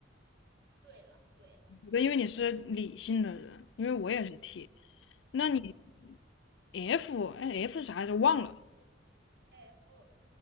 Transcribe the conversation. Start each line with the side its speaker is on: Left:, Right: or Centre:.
Right: 对了，对了。
Left: 对因为你是理性的人，因为我也是 T，那你
Right: 啊
Left: F，哎，F 是啥来着？忘了，
Right: ，F？